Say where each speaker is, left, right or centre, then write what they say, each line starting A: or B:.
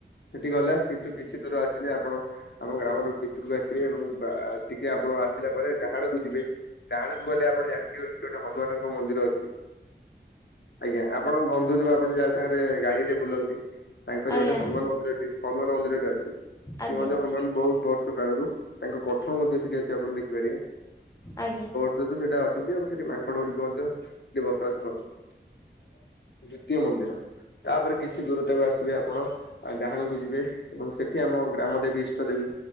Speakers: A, on the left; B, on the left.
A: ସେଠି ଗଲା ସେଠୁ କିଛି ଦୂର ଆସିଲେ ଆପଣ ଆମ ଗ୍ରାମର ଭିତରକୁ ଆସିବେ। ଏବଂ ଆ ଟିକେ ଆପଣ ଆସିଲା ପରେ ଡାହାଣକୁ ଯିବେ ଡାହାଣକୁ ଗଲେ ଆପଣ ଜାଣିଥିବେ ସେଠି ଗୋଟେ ହନୁମାନଙ୍କ ମନ୍ଦିର ଅଛି। ଆଜ୍ଞା ଆ ଆପଣଙ୍କ ବନ୍ଧୁ ଯଉ ଆପଣ ଯାହା ସାଙ୍ଗରେ ଗାଡି ରେ ବୁଲନ୍ତି, ତାଙ୍କରି
B: ଆଜ୍ଞା
A: ଗୋଟେ ହନୁମାନ
B: ଆଜ୍ଞା
A: ମନ୍ଦି ର ଟି ହନୁମାନ ମନ୍ଦିରଟେ ଅଛି। <unintelligible>
B: ଆଜ୍ଞା
A: ହନୁମାନ୍ ବହୁତ। ବର୍ଷ କାଳରୁ ତାଙ୍କ କଠଉ ମଧ୍ୟ ସେଠି ଅଛି ଆପଣ ଦେଖିପାରିବେ।
B: ଆଜ୍ଞା।
A: ସେଇଟୁ ସେଟା ଅଛନ୍ତି। ଆଉ ସେଠି ମାଙ୍କଡ ଗୁଡ଼ିକ ମଧ୍ୟ ବସା ବସି କରନ୍ତି। ଦ୍ଵିତୀୟ ମନ୍ଦିର, ତାପରେ କିଛି ଦୂରତାକୁ ଆସିବେ ଆପଣ ଆଉ ଡାହାଣକୁ ଯିବେ ଏବଂ ସେଠି ଆମ ଗ୍ରାମ ଦେବୀ ଇଷ୍ଟ ଦେବୀ